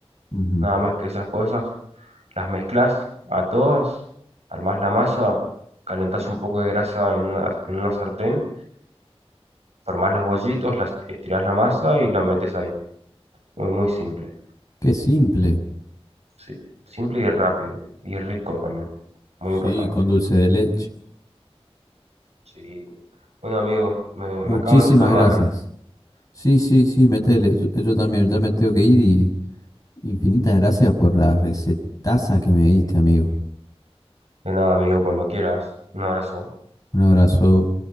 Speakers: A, on the left (about 35°); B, on the right (about 85°).
A: Ujú.
B: Nada más que esas cosas. Las mezclas a todas, armás la masa, calentás un poco de grasa en una, en una sartén, formás los bollitos, las, estirás la masa y la metes ahí. Muy, muy simple.
A: Qué simple.
B: Sí, simple y rápido. Y rico también. Muy
A: Sí,
B: importante.
A: con dulce de leche.
B: Sí. Bueno, amigo, me,
A: Muchísimas
B: me acaban de llamar.
A: gracias. Sí, sí, sí, metele. Yo, yo también ya me tengo que ir y infinitas gracias por la recetaza que me diste, amigo.
B: De nada, amigo, cuando quieras. Un abrazo.
A: Un abrazo.